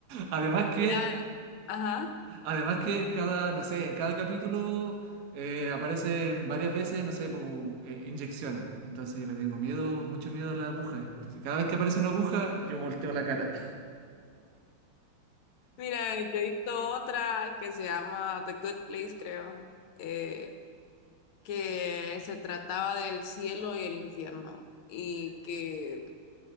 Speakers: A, on the right (about 55°); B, on the left (about 80°).
A: Además que,
B: Mira, ajá.
A: además que cada, no sé, en cada capítulo eh, aparecen varias veces, no sé, po, eh, inyecciones. Entonces yo le tengo miedo, mucho miedo a las agujas. Entonces, cada vez que aparece una aguja, yo volteo la cara.
B: Mira, yo he visto otra que se llama The Good Place, creo, eh, que se trataba del cielo y el infierno. Y que